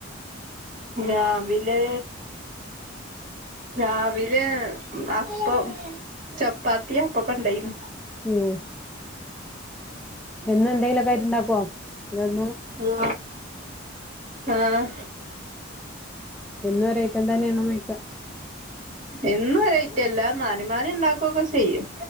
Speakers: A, on the right; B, in the centre.
A: രാവിലെ രാവിലെ അപ്പം ചപ്പാത്തി അപ്പൊക്കെ ഉണ്ടെയിനു.
B: ഉം എന്നും എന്തെങ്കിലുമൊക്കെ ആയിട്ട് ഉണ്ടാകൊ അതൊന്നും
A: ആഹ് ആഹ്
B: എന്നും ഒരേ ഐറ്റം തന്നെണ് ച്ചോയിക്ക
A: എന്നും ഒരു ഐറ്റം അല്ല മാറി മാറി ഉണ്ടാക്കൊക്കെ ചെയ്യും.